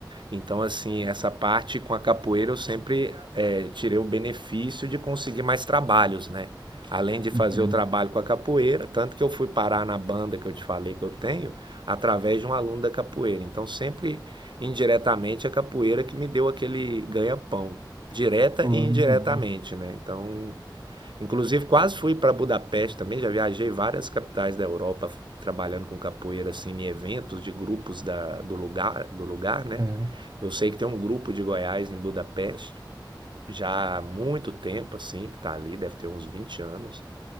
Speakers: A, on the right (about 75°); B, on the right (about 50°).
A: Então, assim, essa parte com a capoeira eu sempre eh, tirei o benefício de conseguir mais trabalhos, né? Além de fazer
B: Entendo.
A: o trabalho com a capoeira, tanto que eu fui parar na banda que eu te falei que eu tenho, através de um aluno da capoeira. Então, sempre indiretamente a capoeira que me deu aquele ganha-pão, direta
B: Pô,
A: e indiretamente,
B: legal.
A: né? Então, inclusive quase fui para Budapeste também, já viajei várias capitais da Europa trabalhando com capoeira assim em eventos de grupos da, do lugar, do lugar, né?
B: É.
A: Eu sei que tem um grupo de Goiás em Budapeste já há muito tempo assim, que está ali, deve ter uns 20 anos.